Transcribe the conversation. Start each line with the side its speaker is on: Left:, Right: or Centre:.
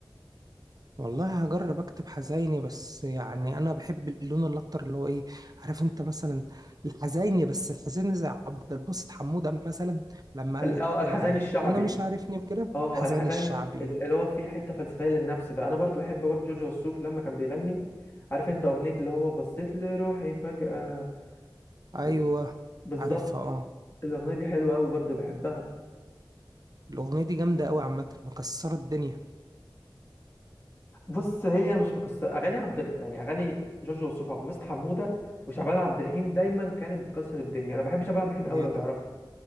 Right: والله هجرب اكتب حزيني بس يعني انا بحب اللون الاكتر اللي هو ايه عارف انت مثلا الحزيني بس الحزيني زي عبد الباسط حمودة مثلا لما قال
Left: ال-
Right: لك
Left: اه الحزين
Right: آه
Left: الشعبي
Right: انا مش عارفني وكده
Left: اه
Right: الحزيني
Left: الحزين
Right: الشعبي
Left: ال- اللي هو فيه حته فلسفيه للنفس ده انا برضو بحب برضو جورج وسوف لما كان بيغني عارف انت اغنيه اللي هو بصيت لروحي فجاه
Right: ايوه
Left: و- بالظبط
Right: عارفها اه
Left: الاغنيه دي حلوه قوي برضو بحبها
Right: الاغنيه دي جامده قوي عامه مكسره الدنيا
Left: بص هي مش بكسر اغاني عبد ال- يعني اغاني جورج وسوف عبد الباسط حموده وشعبان عبد الرحيم دايما كانت بتكسر الدنيا انا بحب شعبان عبد الرحيم
Right: يا
Left: قوي لو تعرفه